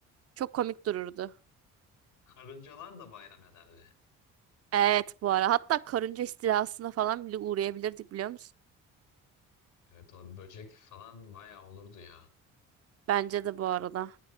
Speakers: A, on the right; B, on the left.
A: Çok komik dururdu.
B: Karıncalar da bayram ederdi.
A: Evet bu ara. Hatta karınca istilasına falan bile uğrayabilirdik biliyor musun?
B: Evet o böcek falan bayağı olurdu ya.
A: Bence de bu arada.